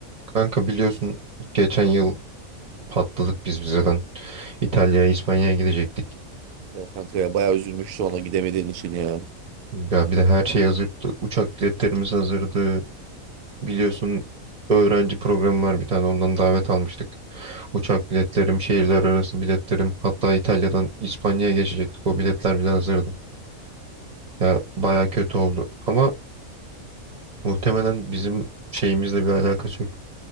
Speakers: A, on the right; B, on the right.
A: Kanka biliyorsun geçen yıl patladık biz vizeden. İtalya'ya, İspanya'ya gidecektik.
B: Ya kanka ya bayağı üzülmüştü ona gidemediğin için ya.
A: Ya bir de her şey hazırdı. Uçak biletlerimiz hazırdı. Biliyorsun öğrenci programı var bir tane ondan davet almıştık. Uçak biletlerim, şehirler arası biletlerim. Hatta İtalya'dan İspanya'ya geçecektik. O biletler bile hazırdı. Ya baya kötü oldu. Ama muhtemelen bizim şeyimizle bir alakası yok.